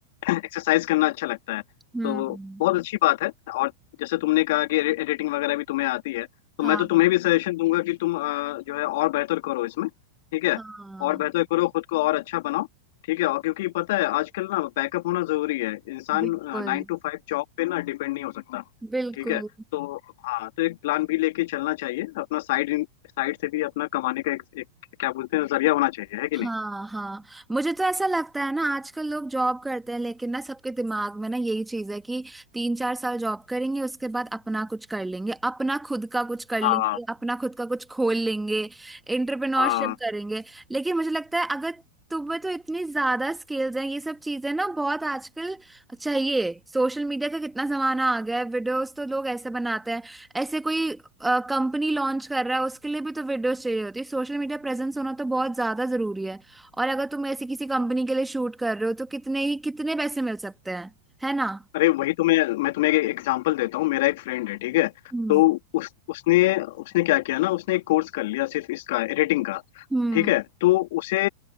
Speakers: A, on the left; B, in the centre.
A: <clears throat> एक्सरसाइज करना अच्छा लगता है
B: हम्म
A: तो बहुत अच्छी बात है और जैसे तुमने कहा कि एडिटिंग वगैरह भी तुम्हें आती है तो
B: हाँ
A: मैं तो तुम्हें
B: हाँ
A: भी सजेशन दूंगा कि तुम अ, जो है और बेहतर करो इसमें ठीक है
B: हाँ,
A: और बेहतर करो खुद को और अच्छा बनाओ ठीक है और क्योंकि पता है आजकल ना बैकअप होना जरूरी है इंसान
B: बिल्कुल
A: नाइन टू फाइव जॉब पे ना डिपेंड नहीं हो सकता
B: बिल्कुल
A: ठीक है तो हाँ तो एक प्लान भी लेके चलना चाहिए अपना साइड साइड से भी अपना कमाने का एक, एक क्या बोलते हैं जरिया होना चाहिए है कि
B: हाँ
A: नहीं
B: हाँ मुझे तो ऐसा लगता है ना आजकल लोग जॉब करते हैं लेकिन ना सबके दिमाग में ना यही चीज है कि तीन चार साल जॉब करेंगे उसके बाद अपना कुछ कर लेंगे अपना खुद का कुछ कर लेंगे
A: हाँ
B: अपना खुद का कुछ खोल लेंगे एंटरप्रेन्योरशिप
A: हाँ
B: करेंगे लेकिन मुझे लगता है अगर तुम्हें तो इतनी ज्यादा स्किल्स हैं ये सब चीजें ना बहुत आजकल चाहिए सोशल मीडिया का कितना जमाना आ गया है वीडियोस तो लोग ऐसे बनाते हैं ऐसे कोई कंपनी लॉन्च कर रहा है उसके लिए भी तो वीडियोस चाहिए होती है सोशल मीडिया प्रेजेंस होना तो बहुत ज्यादा जरूरी है और अगर तुम ऐसी किसी कंपनी के लिए शूट कर रहे हो तो कितने ही कितने पैसे मिल सकते हैं है ना
A: अरे वही तो मैं मैं तुम्हें एक एग्जांपल देता हूँ मेरा एक फ्रेंड है ठीक है
B: हम्म
A: तो उस उसने उसने क्या किया ना उसने एक कोर्स कर लिया सिर्फ इसका रेटिंग का
B: हम्म
A: ठीक है तो उसे